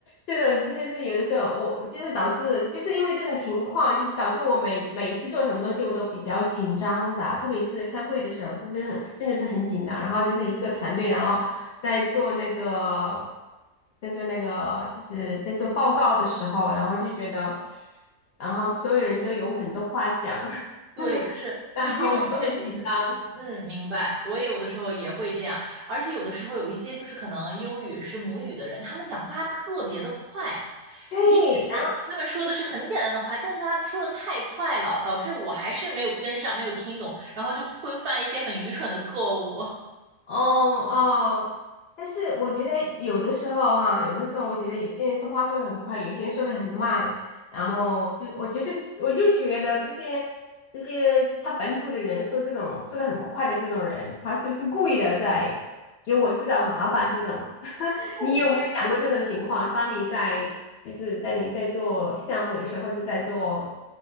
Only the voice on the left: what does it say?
这种真的是有的时候我就是导致，就是因为这种情况，就是导致我每每一次做什么东西我都比较紧张的，特别是开会的时候，就真的真的是很紧张。然后就是一个团队，然后在做那个在做那个就是在做报告的时候，然后就觉得，然后所有人都有很多话讲，
<laughs>
然后我就很紧张。
对，
哦哦，但是我觉得有的时候哈，有的时候我觉得有些人说话说的很快，有些人说的很慢，然后就我觉得我就觉得这些这些他本土的人说这种说的很快的这种人，
他是不是故意的在给我制造麻烦？这种，<laughs>
你有没有想过这种情况？当你在就是在你在做项目的时候，或者在做